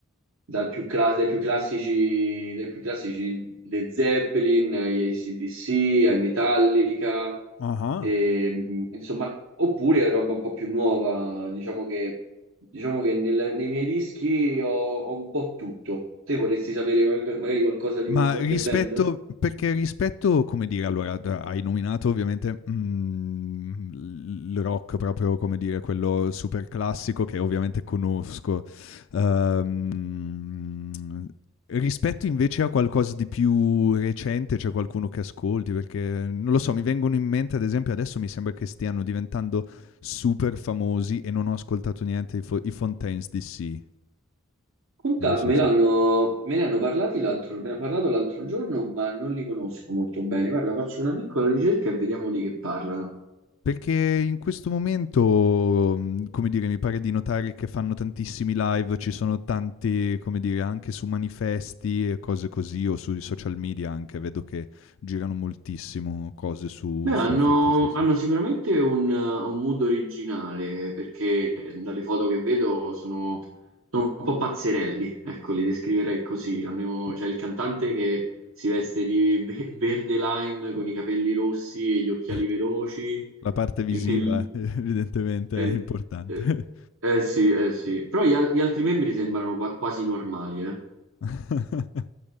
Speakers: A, on the right; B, on the left.
A: dal più cla- dai più classici, dai più classici le Zeppelin, agli AC/DC, ai Metallica,
B: Ah ah.
A: e, mh, insomma, oppure roba un po' più nuova, diciamo che... Diciamo che nel- nei miei dischi ho, ho un po' tutto. Te vorresti sapere mag- magari qualcosa di
B: Ma
A: un- qualche
B: rispetto
A: band?
B: perché rispetto, come dire, allora d hai nominato ovviamente, mhmm, il rock proprio, come dire, quello super classico che ovviamente conosco. Uhm, rispetto invece a qualcosa di più recente, c'è qualcuno che ascolti? Perché, non lo so, mi vengono in mente ad esempio adesso mi sembra che stiano diventando super famosi e non ho ascoltato niente, i Fo i Fontaines D.C.
A: Conta,
B: Non so
A: me l'hanno
B: se
A: me ne hanno parlati l'altro, me ne ha parlato l'altro giorno, ma non li conosco molto bene. Guarda, faccio una piccola ricerca e vediamo di che parlano.
B: Perché in questo momento, mhmm, come dire, mi pare di notare che fanno tantissimi live, ci sono tanti come dire, anche su manifesti e cose così, o sui social media anche, vedo che girano moltissimo cose su
A: Beh, hanno,
B: sui fantasy se
A: hanno sicuramente un, un mood originale, perché dalle foto che vedo sono, sono un po' pazzerelli, ecco, li descriverei così. Hanno-
B: ah.
A: C'è il cantante che si veste di ve- verde lime con i capelli rossi e gli
B: <laughs>
A: occhiali veloci.
B: La parte visiva
A: Il-
B: <laughs> eh, evidentemente
A: eh,
B: è importante.
A: eh, eh sì, eh sì. Però gli, al- gli altri membri sembrano qua- quasi normali, eh.
B: <laughs>